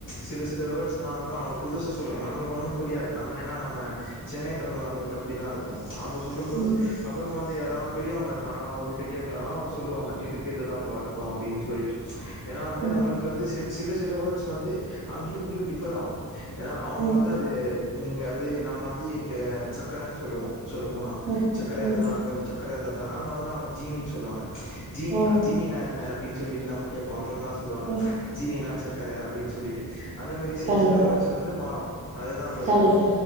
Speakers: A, on the left; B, on the right.
A: சில சில வேர்ட்ஸ் லா வந்து அவுங்க புதுசு சொல்லுவாங்க நம்மளுக்கு ஒன்னு புரியாது நம்ம ஏன்னா நம்ம சென்னை தமிழ் நம்மளுக்கு அப்டிதாருக்கும் அவுங்க சொல்லு போது
B: ம்
A: அப்றமா வந்து யார் தா பெரியவுங்க இருந்தாங்கனா அவுங்ககிட்ட கேட்டா அவுங்க சொல்லுவாங்க இதுக்கு இதுதான் பா அர்த்தம் அப்டின் சொல்லிட் டு ஏன்னா வந்து
B: ம்
A: நம்மளுக்கு வந்து சிரு சில சில வேர்ட்ஸ் வந்து அங்கியு இங்கியு டிஃப் பராவு ஏன்னா அவுங்க
B: ம்
A: வந்து அது நீங்க வந்து நம்ம வந்து இங்க சக்கரனு சொல்லுவோம் சொல்ல போனா
B: ம்
A: சக்கர
B: ம்
A: எதுனா கொஞ்ச சக் கர இருந்தா தாங் அங்க வந்து அவுங்க ஜினீனு சொல்லுவாங்க ஜீனியா
B: ம்
A: ஜீனி நா என்ன அப்டினு சொல்லிட்டு நமக் கேப்போம் அப்புறந்தான் சொல்லுவாங்க
B: ம்
A: ஜீனினா சக்கரை அப்டின்னு சொல்லிட்டு அந்த மாரி சில
B: கண்டிப்பா
A: சில வேர்ட்ஸ் வந்து மாறும் அதுதான் தோழரே
B: கண்டிப்பா